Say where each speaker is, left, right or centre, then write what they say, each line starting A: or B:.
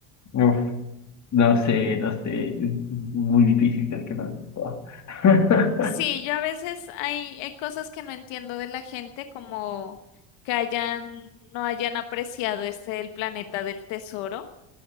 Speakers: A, on the left; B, on the left.
A: Uf, No sé, no sé. Es muy difícil tener que no. <laughs>
B: Sí, yo a veces hay, hay cosas que no entiendo de la gente, como que hayan, no hayan apreciado este El planeta del tesoro,